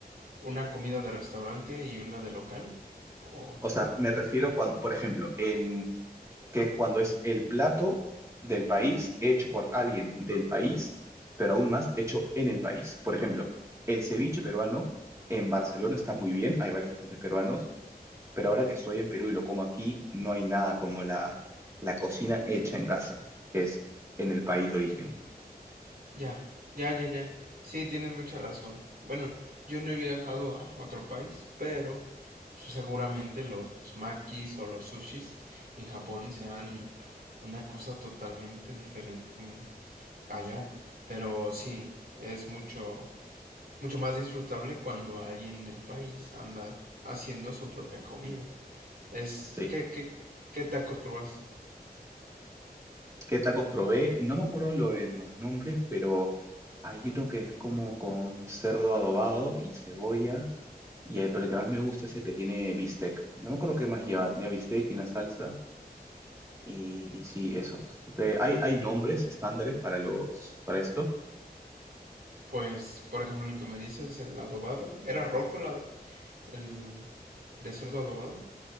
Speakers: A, on the right; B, on the right.
A: una comida de restaurante y una de local? O
B: O sea, me refiero cuando, por ejemplo, en que es cuando es el plato del país hecho por alguien del país, pero aún más hecho en el país. Por ejemplo, el ceviche peruano en Barcelona está muy bien, hay varios restaurantes peruanos, Pero ahora que estoy en Perú y lo como aquí, no hay nada como la, la cocina hecha en casa, que es en el país de origen.
A: ya, ya, ya, ya. Sí, tienes mucha razón. Bueno, yo no he viajado a otro país, pero seguramente los makis o los sushis en Japón sean una cosa totalmente diferente en- allá. Pero sí, es mucho. mucho más disfrutable cuando alguien del país anda haciendo su propia comida. Es,
B: Sí.
A: ¿qué, qué, qué tacos probaste?
B: ¿Qué tacos probé? No me acuerdo lo de los nombres, pero hay uno que es como con cerdo adobado y cebolla. Y el, pero el que más me gusta es el que tiene bistec. No me acuerdo qué más lleva. Tenía bistec y una salsa. Y, y sí, esos. Te- hay, hay nombres estándares para los, para esto.
A: Pues, por ejemplo, el que me dices, el adobado, ¿era rojo el, ad- el de cerdo adobado?